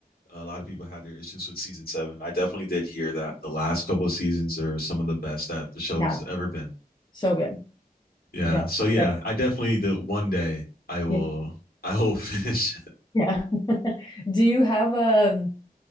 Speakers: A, on the left; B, on the left.
A: a lot of people had their issues with season seven. I definitely did hear that the last couple of seasons are some of the best that the show
B: yeah,
A: has ever been.
B: so good.
A: Yeah.
B: No,
A: So yeah,
B: yeah,
A: I definitely the one day I will.
B: yeah.
A: I will <laughs> finish. it.
B: yeah. <laughs> Do you have a